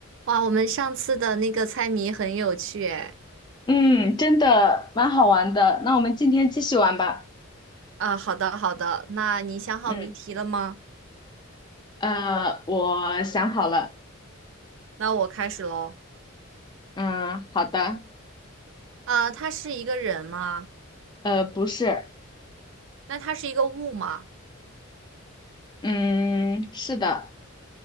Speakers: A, on the right; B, on the left.
A: 哇，我们上次的那个猜谜很有趣诶。
B: 嗯，真的蛮好玩的。那我们今天继续玩吧。
A: 啊，好的好的，那你想好谜题了吗？
B: 嗯，呃，我想好了。
A: 那我开始喽。
B: 嗯，好的。
A: 啊，他是一个人吗？
B: 呃，不是，
A: 那他是一个物吗？
B: 嗯，是的，